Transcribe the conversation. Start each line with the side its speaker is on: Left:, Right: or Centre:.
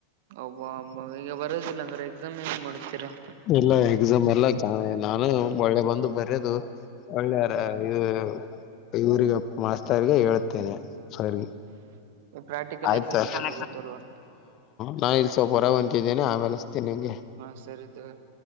Right: ಅಬಾ ಅಮ್ಮಾ ಈಗ ಬರೋದಿಲ್ಲ ಅಂದ್ರೆ ಎಕ್ಸಾಮ್ ಏನ್ ಮಾಡುತ್ತೀರಾ ಅಂತ್
Left: ಎಲ್ಲ ಎಕ್ಸಾಮ್ ಎಲ್ಲ ನಾನ ಒಳ್ಳೆ ಬಂದ ಬರೆದು ಒಳ್ಳೆ ಯಾರ ಇವ ಇವ್ರಿಗೆ ಮಾಸ್ತರ್ಗ ಹೇಳುತ್ತೇನೆ ಸರ್ ಗೆ
Right: ಪ್ರಾಕ್ಟಿಕಲ್
Left: ಆಯ್ತ
Right: ಎಕ್ಸಾಮ್ ಸ್ಟಾರ್ಟ್
Left: ಹಾ
Right: ಆಗುತ್ತಲ್ವಾ
Left: ನಾ ಇಲ್ಲಿ ಸ್ವಲ್ಪ ಹೊರಗ್ ಹೊಂಟಿದ್ದೇನೆ ಆಮೇಲೆ ಹಚ್ತಿನ ನಿಮ್ಗೆ.
Right: ಹಾ ಸರಿ ತುಗೊರಿ